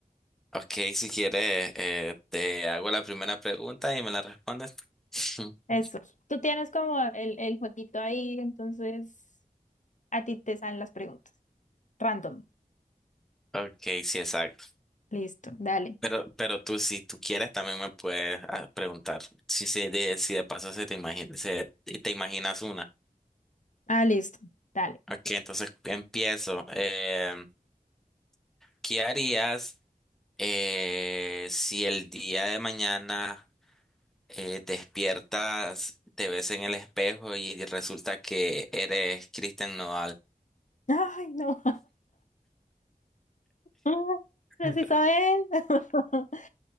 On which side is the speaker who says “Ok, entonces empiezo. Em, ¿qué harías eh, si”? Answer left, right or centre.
Centre